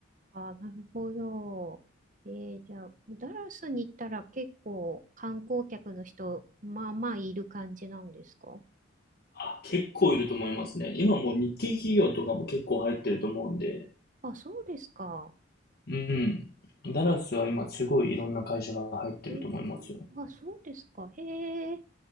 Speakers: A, on the right (about 40°); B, on the left (about 50°).
A: ああ、なるほど。えー、じゃあ、ダラスに行ったら結構観光客の人、まあまあいる感じなんですか
B: あ、結構いると思いますね。今もう日系企業とかも結構入ってると思うんで。
A: あ、そうですか。
B: うん。ダラスは今すごいいろんな会社が入ってると思いますよ。
A: えー、あ、そうですか。へえ、